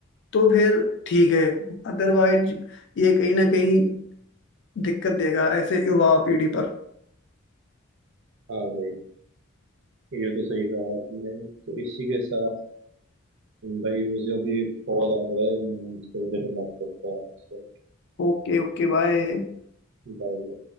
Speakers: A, on the left; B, on the right.
A: तो फिर ठीक है अदरवाइज ये कहीं ना कहीं दिक्कत देगा ऐसे युवा पीढ़ी पर
B: हाँ भाई ये तो सही कहा आपने तो इसी के साथ भाई मुझे अभी एक कॉल आ रहा है मैं थोड़ी देर में बात करता हूँ आपसे
A: ओके ओके बाय
B: बाय